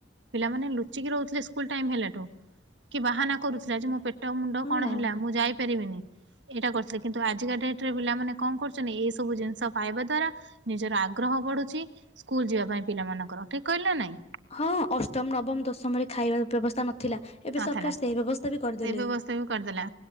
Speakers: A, on the right; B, on the left.
A: ପିଲାମାନେ ଲୁଚିକି ରହୁଥିଲେ ସ୍କୁଲ ଟାଇମ ହେଲାଠୁ। କି ବାହାନା କରୁଥିଲା ଯେ ମୋ ପେଟ ମୁଣ୍ଡ
B: ହଁ
A: କଣ ହେଲା ମୁଁ ଯାଇପାରିବିନି। ଏଇଟା କରିଥିଲେ କିନ୍ତୁ ଆଜିକା ଡେଟରେ ପିଲାମାନେ କଣ କରୁଛନ୍ତି ଏ ସବୁ ଜିନିଷ ପାଇବା ଦ୍ୱାରା ନିଜର ଆଗ୍ରହ ବଢୁଛି ସ୍କୁଲ ଯିବା ପାଇଁ ପିଲା ପିଲାମାନଙ୍କର ଠିକ କହିଲି ନା ନାଇଁ।
B: ହଁ ଅଷ୍ଟମ ନବମ ଦଶମରେ ଖାଇବାର ବ୍ୟବସ୍ଥା ନଥିଲା। ଏବେ
A: ନଥିଲା
B: ସରକାର ସେଇ ବ୍ୟବସ୍ଥା ବି କରିଦେଲେ
A: ସେଇ ବ୍ୟବସ୍ଥା ବି କରିଦେଲା